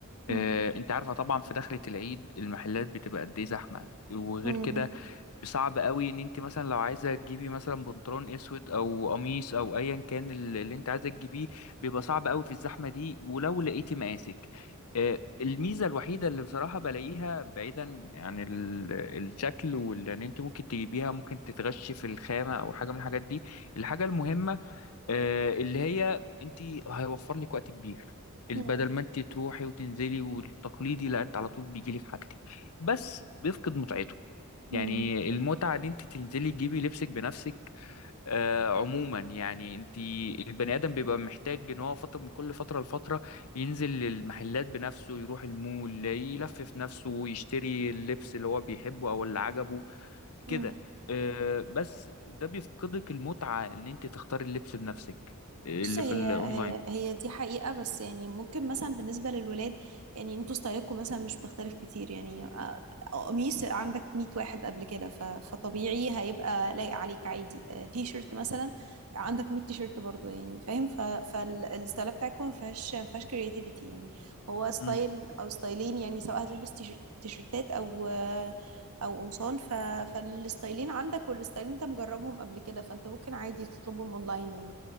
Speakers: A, on the right; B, on the left.
A: مم.
B: آه، أنت عارفة طبعا في دخلة العيد المحلات بتبقى قد إيه زحمة وغير
A: مم.
B: كده صعب قوي ان انت مثلا لو عايزه تجيبي مثلا بنطلون اسود او قميص او ايا كان ال- اللي انت عايزه تجيبيه بيبقى صعب قوي في الزحمه دي ولو لقيتي مقاسك آه، الميزه الوحيده اللي بصراحه بلاقيها بعيدا عن ال- الشكل واللي انت ممكن تجيبيها ممكن تتغشي في الخامه او حاجه من الحاجات دي الحاجه المهمه آه، اللي هي انت هيوفر لك وقت كبير بدل
A: مم.
B: ما انت تروحي وتنزلي والتقليدي لا انت على طول بيجيلك حاجتك بس بيفقد متعته
A: مم.
B: يعني المتعة دي انت تنزلي تجيبي لبسك بنفسك آه عموما يعني انت البني ادم بيبقى محتاج ان هو فترة من كل فترة لفترة ينزل المحلات بنفسه يروح المول يلفف نفسه ويشتري اللبس اللي هو بيحبه او اللي عجبه
A: مم.
B: كده آه بس ده بيفقدك المتعة ان انت تختاري اللبس بنفسك اللي
A: بص هي
B: في الاونلاين
A: هي هي دي حقيقة بس يعني ممكن مثلا بالنسبة للولاد يعني انتوا ستايلكم مثلا مش بتختلف كتير يعني آه، آه، قميص عندك 100 واحد قبل كده ف- فطبيعي هيبقى لايق عليك عادي آه، تي شيرت مثلا عندك 100 تي شيرت برضه يعني فاهم فالستايل بتاعكم ما فيهاش ما فيهاش كرياتيفيتي يعني هو ستايل
B: مم،
A: او ستايلين يعني سواء هتلبس تي شيرت- تي شيرتات او آه، او قمصان ف... فالستايلين عندك والستايلين انت مجربهم قبل كده فانت ممكن عادي تطلبهم اونلاين يعني